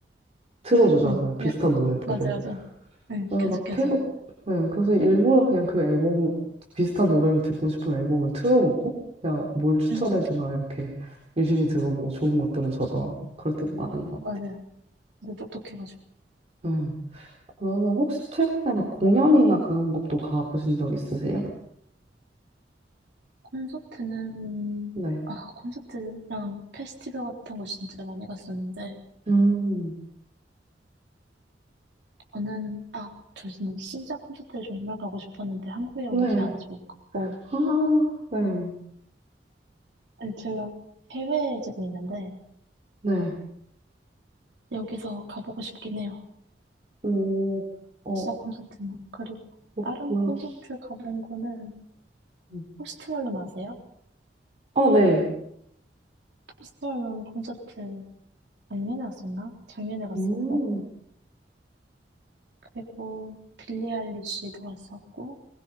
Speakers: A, on the right; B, on the right.
A: 틀어주잖아요.
B: 응,
A: 비슷한
B: 예,
A: 노래들을.
B: 맞아요, 맞아요. 응,
A: 그래서
B: 계속
A: 막
B: 계속.
A: 계속, 네, 그래서 일부러 그냥 그 앨범, 비슷한 노래를 듣고 싶은 앨범을 틀어놓고 그냥 뭘 추천해주나
B: 응,
A: 이렇게 유심히 들어보고 좋은 것들은 저장 그럴 때도 많은 것
B: 맞아요. 근데 똑똑해가지고.
A: 같아요. 네. 그러면 혹시 최근에 막 공연이나 그런 것도 가보신 적 있으세요?
B: 콘서트는,
A: 네
B: 아, 콘서트랑 페스티벌 같은 거 진짜 많이 갔었는데,
A: 음,
B: 저는, 아, 저 진짜 진자 콘서트를 정말 가고 싶었는데, 한국에 오지
A: 네.
B: 않아서 못 갔고,
A: 아, 네.
B: 아니, 제가 해외에 지금 있는데,
A: 네.
B: 여기서 가보고 싶긴 해요.
A: 오, 어,
B: 시자 콘서트는. 그리고
A: 그렇구나.
B: 다른 콘서트 가본 거는,
A: 음.
B: 포스트 말론 아세요?
A: 어, 네.
B: 포스트 말론 콘서트 작년에 갔었나? 작년에 갔었고,
A: 음,
B: 그리고 빌리 아일리시도 갔었고,